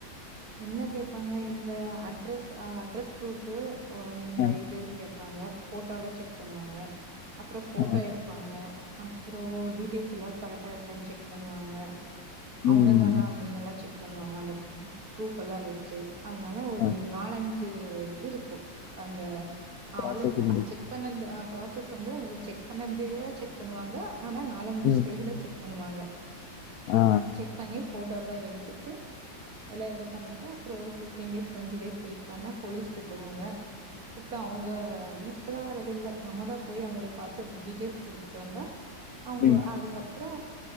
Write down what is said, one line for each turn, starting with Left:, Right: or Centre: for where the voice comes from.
Right: என்ன கேப்பாங்க இந்த அட்ரஸ் அட்ரஸ் ப்ரூஃபு ஓ இந்த
Left: ஆ
Right: இது கெ ப்பாங்க ஃபோட்டோல்லா செக் பண்ணுவாங்க அப்ற ஃபோட்டோ
Left: ஆ
Right: எடுப்பாங்க அப்றோ டீட்டெய்ல்ஸ் எல்லா கரெக்டா இருக்கான் செக் பண்ணுவாங்க
Left: ம்
Right: அவுங்க தானா
Left: ம்
Right: அப்டின்னெல்லா செக் பண்ணுவாங்க அந்த ப்ரூஃபல்லா வச்சு அதுனால ஒரு
Left: ஆ
Right: நால ஞ்சு இது இருக்கு அந்த
Left: ப்ராசஸிங்
Right: ஆளுங்க அ செக் பண்ணன்து அ ப்ராசஸ் வந்து செக் பண்ணந்தேதா செக் பண்ணுவாங்க ஆனா நாலஞ்சு
Left: ம்
Right: ஸ்டேஜுல செக் பண்ணுவாங்க
Left: ஆ
Right: செக் பண்ணி ஃபோட்டோல்லா எடுத்துட்டு எல்லாம் இது பண்ணிட்டு அப்றோ ஒரு fifteen days twenty days wait பண்ணா போலீஸ் கூப்டுவாங்க கூப்ட்டா அவுங்க வீட்டுக்கல்லா வர்றதில்ல நம்ம தா போய் அவுங்களை பாத்து டீட்டெயில்ஸ் குடுத்துட்டு வந்தா அவுங்க
Left: ம்
Right: அதுக்கப் ப்றோ